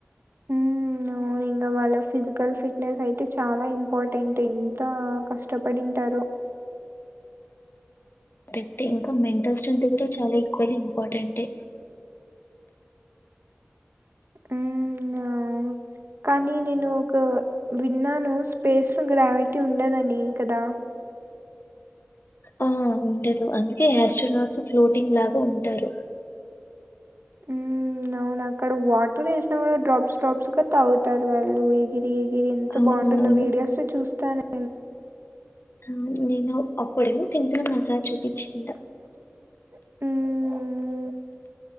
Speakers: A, on the right (about 65°); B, on the left (about 65°).
A: మ్మ్ అవును అవును ఇంగ వాళ్ళ ఫిజికల్ ఫిట్నెస్ అయితే చాలా ఇంపార్టెంట్ ఎంత కష్టపడి ఉంటారు
B: పెట్టే ఇంకా మెంటల్ స్ట్రెంత్ కూడా చాలా ఎక్కువ ఇంపార్టెంటె
A: అవున కానీ నేను ఒక విన్నాను స్పేస్లో గ్రావిటీ ఉండదని కదా
B: ఆ ఉండదు అందుకే ఆస్ట్రోనాట్స్ ఫ్లోటింగ్ లాగా ఉంటారు
A: మ్మ్ అవును అక్కడ వాటర్ వేసినా కూడా డ్రాప్స్ డ్రాప్స్ గా తాగుతారు వాళ్ళు గిరి ఎగిరి ఎంత
B: అవునవును
A: బాగుంటుందో వీడియోస్ లో చూస్తానే
B: ఆ నేను అప్పుడెమో టెన్త్లో మా సార్ చూపిచ్చిండు
A: మ్మ్